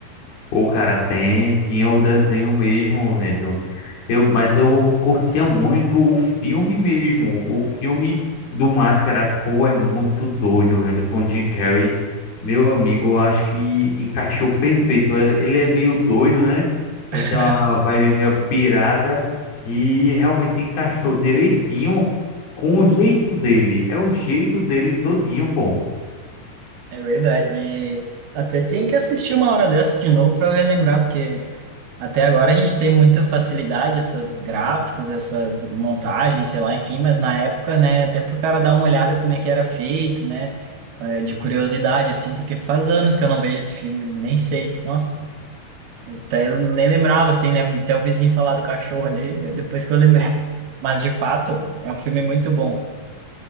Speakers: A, on the left; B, on the right.
A: O cara tem, tinha o desenho mesmo, velho. Eu, mas eu curtia muito o filme mesmo. O filme do Máscara, pô, é muito doido, velho. Com o Jim Carrey, meu amigo, eu acho que encaixou perfeito. Ele, ele é meio doido, né?
B: <laughs>
A: Ele tem uma vibe meio pirada e realmente encaixou direitinho com o jeito dele. É o jeito dele todinho, pô.
B: É verdade. E até tem que assistir uma hora dessa de novo para relembrar, porque até agora a gente tem muita facilidade, esses gráficos, essas montagens, sei lá, enfim, mas na época, né, até pro cara dar uma olhada como é que era feito, né, é, de curiosidade, assim, porque faz anos que eu não vejo esse filme, nem sei. Nossa, eu até nem lembrava, assim, né, até o vizinho falar do cachorro ali, depois que eu lembrei. Mas, de fato, é um filme muito bom.